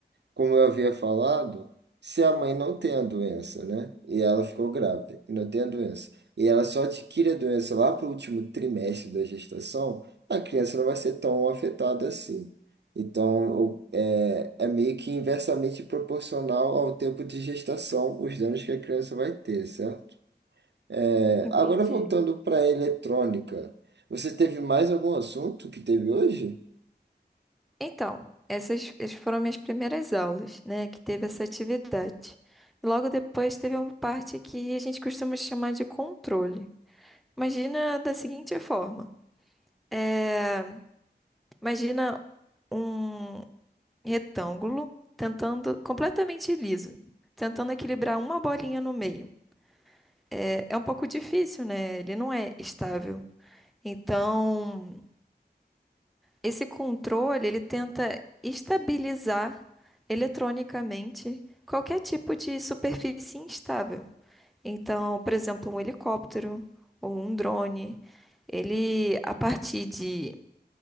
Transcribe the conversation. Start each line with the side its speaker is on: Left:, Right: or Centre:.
Right: como eu havia falado, se a mãe não tem a doença, né? E ela ficou grávida e não tem a doença, e ela só adquire a doença lá para o último trimestre da gestação, a criança não vai ser tão afetada assim. Então, o- é, é meio que inversamente proporcional ao tempo de gestação, os danos que a criança vai ter, certo? É,
Centre: Entendi.
Right: agora, voltando para a eletrônica, você teve mais algum assunto que teve hoje?
Centre: Então, essas, essas foram minhas primeiras aulas, né? Que teve essa atividade. E logo depois teve uma parte que a gente costuma chamar de controle. Imagina da seguinte forma: é, imagina um retângulo tentando completamente liso, tentando equilibrar uma bolinha no meio. É, é um pouco difícil, né? Ele não é estável. Então Esse controle, ele tenta estabilizar eletronicamente qualquer tipo de superfície instável. Então, por exemplo, um helicóptero ou um drone, ele, a partir de,